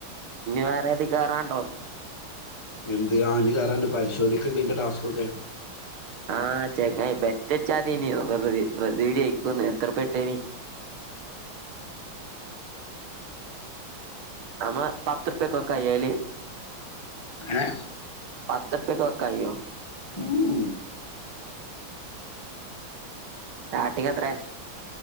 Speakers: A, on the right (about 80°); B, on the left (about 15°).
A: ഇനി വേറെ ഏതിൽ കേറാനുണ്ടോന്ന്
B: എന്ത് ആ ഇനി കേറാനുണ്ട് പരിശോധിക്കുന്നുണ്ട് ഇന്റെ ടാസ്കൊക്കെ
A: ആഹ് ചങ്ങായി ബെറ്റ് വെച്ചാതിനി ബ്രസീല് ജയിക്കൂന്ന് എത്ര ബെറ്റാണ് അമ്മ പത്ത് റുപ്പിയക്ക് <unintelligible>
B: ഏ
A: പത്ത് റുപ്പിയക്ക് വെക്കാൻ കഴിയുവോ
B: ഉം ഉം
A: സ്റ്റാർട്ടിങ്ങ് എത്രയാ